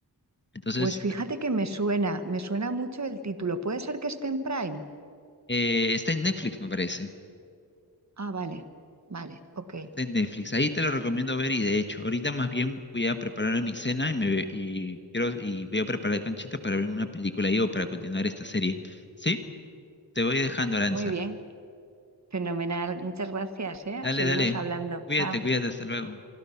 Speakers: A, on the left (about 25°); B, on the right (about 40°).
A: Entonces,
B: Pues fíjate que me suena, me suena mucho el título. ¿Puede ser que esté en Prime?
A: eh, está en Netflix, me parece.
B: Ah, vale, vale, ok.
A: Está en Netflix. Ahí te lo recomiendo ver y de hecho, ahorita más bien voy a preparar mi cena y me ve- y quiero y voy a preparar canchita para ver una película ahí o para continuar esta serie. ¿Sí? Te voy dejando, Aranza.
B: Muy bien, fenomenal. Muchas gracias, ¿eh?
A: Dale,
B: Seguimos
A: dale.
B: hablando.
A: Cuídate,
B: Chao.
A: cuídate, hasta luego.